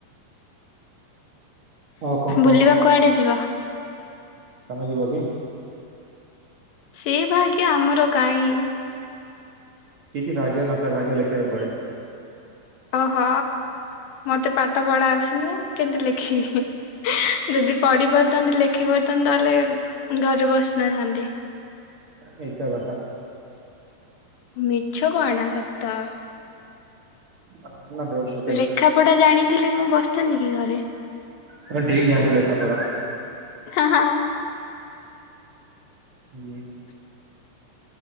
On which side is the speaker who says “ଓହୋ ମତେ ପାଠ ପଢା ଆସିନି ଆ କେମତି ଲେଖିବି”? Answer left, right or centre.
Left